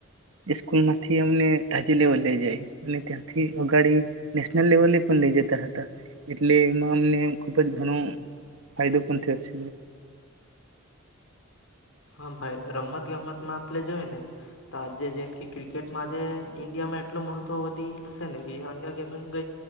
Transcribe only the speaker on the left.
હા ભાઈ રમત ગમતમાં આપણે જોઈ ને તો આજે જેમ કે ક્રિકેટમાં આજે ઈન્ડિયામાં એટલું મહત્વ વધી ગયેલું છે ને કે અન્ય ગેમનું કઈ